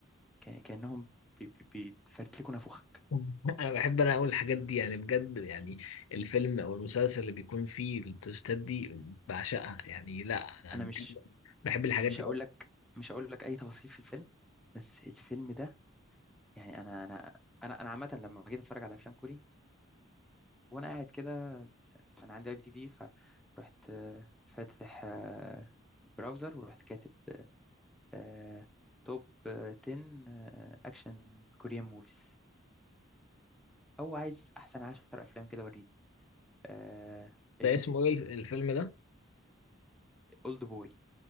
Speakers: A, in the centre; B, on the left.
A: ك- كأنهم بي- بي- بيفرتكوا نافوخك
B: <laughs> أنا بحب أنا أقول الحاجات دي يعني بجد يعني الفيلم أو المسلسل اللي بيكون فيه التويستات دي بعشقها يعني لا أنا أنا
A: انا مش
B: بحب بحب الحاجات
A: مش
B: دي
A: هقول
B: أكتر.
A: لك مش هقول لك اي تفاصيل في الفيلم بس الفيلم ده يعني انا انا انا انا عامه لما جيت اتفرج على افلام كوري وانا قاعد كده انا عندي اي بي تي في فرحت آه، فاتح آه، البراوزر ورحت كاتب آه، توب آه، 10 آه، اكشن كوريان موفيز او عايز احسن 10 افلام كده وريني آه، الف-
B: ده اسمه إيه الفيلم ده؟
A: اولد بوي